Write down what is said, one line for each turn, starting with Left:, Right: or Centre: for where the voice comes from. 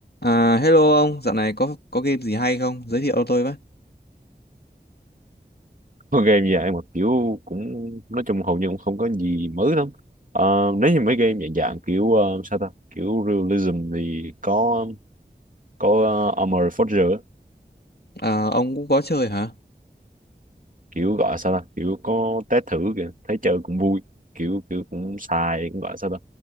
Left: À, hello ông, dạo này có có game gì hay không? Giới thiệu cho tôi với.
Right: con game dạng mà kiểu cũng nói chung hầu như cũng không có gì mới lắm Ờ, nếu như mấy game dạng dạng kiểu ờ, sao ta kiểu realism thì có có uh, Armored Forger á.
Left: À, ông cũng có chơi hả?
Right: kiểu gọi sao ta kiểu có test thử kìa thấy chơi cũng vui kiểu kiểu cũng xài cũng gọi sao ta